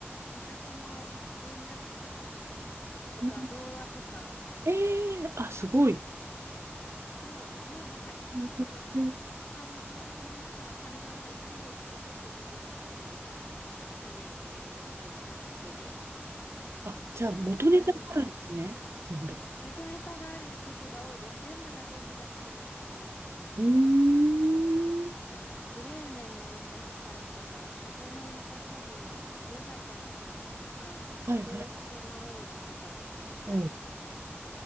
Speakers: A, on the left; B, on the right.
A: 昔の文学作品とか童話とか
B: うん。えー、あ、すごい。
A: をのなんか一部
B: うんうんうん。
A: 感情、その中の感情の一部を切り取って曲にしてるみたいなイメージが近くて、
B: あ、じゃあ元ネタがあるんですね。
A: まあるの
B: 全部。
A: 元ネタがある曲が多いです。全部が全部じゃないんですけど、
B: うーん。
A: がブレーメンの音楽隊とか、風の又三郎とか、よだかの星とか、
B: はいはい。
A: 幸福な王子とかありますね。
B: うん。